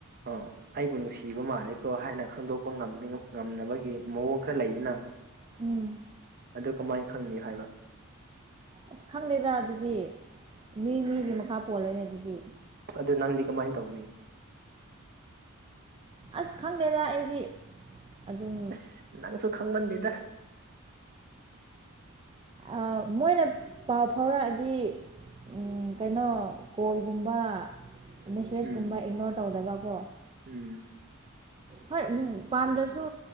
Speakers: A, on the right (about 45°); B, on the right (about 25°).
A: ꯑꯥ ꯑꯩꯕꯨ ꯅꯨꯡꯁꯤꯕ ꯃꯥꯜꯂꯦꯀꯣ ꯍꯥꯏꯅ ꯈꯪꯗꯣꯛꯄ ꯉꯝꯅꯤ ꯉꯝꯅꯕꯒꯤ ꯃꯑꯣꯡ ꯈꯔ ꯂꯩꯗꯥꯅ
B: ꯎꯝ
A: ꯑꯗꯨ ꯀꯃꯥꯏꯟ ꯈꯪꯅꯤ ꯍꯥꯏꯕ
B: ꯑꯁ ꯈꯪꯗꯦꯗꯥ ꯑꯗꯨꯗꯤ ꯃꯤ ꯃꯤꯒꯤ ꯃꯈꯥ ꯄꯣꯜꯂꯦꯅꯦ ꯑꯗꯨꯗꯤ
A: ꯑꯗꯨ ꯅꯪꯗꯤ ꯀꯃꯥꯏꯟ ꯇꯧꯅꯤ꯫
B: ꯑꯁ ꯈꯪꯗꯦꯗꯥ ꯑꯩꯗꯤ ꯑꯗꯨꯝ
A: ꯑꯁ ꯅꯪꯁꯨ ꯈꯪꯃꯟꯗꯦꯗꯥ
B: ꯑꯥ ꯃꯣꯏꯅ ꯄꯥꯎ ꯐꯥꯎꯔꯛꯑꯗꯤ ꯎꯝ ꯀꯩꯅꯣ ꯀꯣꯜꯒꯨꯝꯕ ꯃꯦꯁꯦꯁꯀꯨꯝꯕ
A: ꯎꯝ
B: ꯏꯛꯅꯣꯔ ꯇꯧꯗꯕꯀꯣ
A: ꯎꯝ
B: ꯍꯣꯏ ꯄꯥꯝꯗ꯭ꯔꯁꯨ